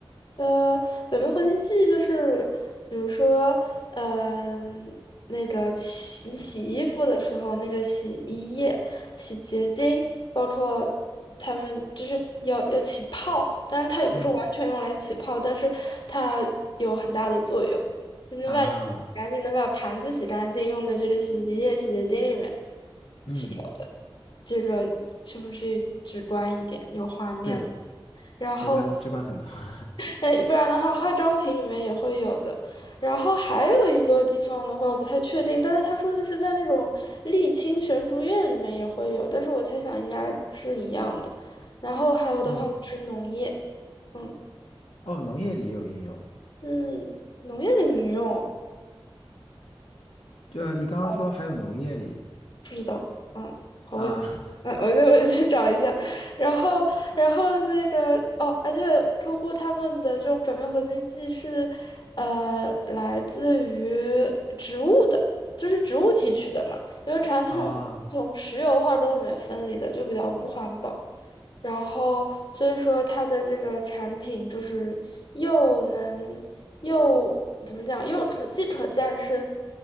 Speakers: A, on the left; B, on the left.
A: 呃，表面活性剂就是，比如说，嗯、那个洗你洗衣服的时候，那个洗衣液、洗洁精，包括它们就是要要起泡，但是它也不是完全用来起泡，
B: 嗯
A: 但是它有很大的作用，就能把衣服洗干净，
B: 啊，
A: 能把盘子洗干净，用的这个洗衣液、洗洁精里面
B: 嗯，
A: 是有的。这个是不是直观一点，有画面了？
B: 对，
A: 然后。
B: 直观直观很多。<laughs>
A: 哎，不然的话，化妆品里面也会有的。然后还有一个地方的话，我不太确定，但是他说就是在那种沥青悬竹叶里面也会有，但是我猜想应该是一样的。然后还有的话是农业，
B: 嗯，
A: 嗯
B: 哦，农业里也有应用。
A: 嗯，农业里怎么用？
B: 呃，你刚刚说还有农业里
A: 哦不知道啊，好问，
B: 啊
A: 嗯，我就 <laughs> 我去找一下，然后然后那个哦，而且客户他们的这种表面活性剂是，呃，来自于植物的，就是植物提取的嘛，因为传统的从石油化工里面分离的就比较不环保，
B: <laughs> 啊。
A: 然后所以说它的这个产品就是又能又怎么讲，又可既可再生，